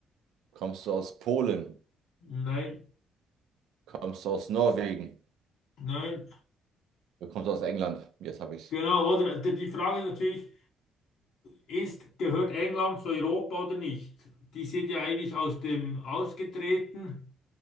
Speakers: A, on the right (about 85°); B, on the left (about 75°).
A: Kommst du aus Polen?
B: nein,
A: Kommst du aus Norwegen?
B: nein.
A: Du kommst aus England. Jetzt habe ich es.
B: Genau, oder? Die die Frage ist natürlich, ist, gehört England zu Europa oder nicht? Die sind ja eigentlich aus dem ausgetreten.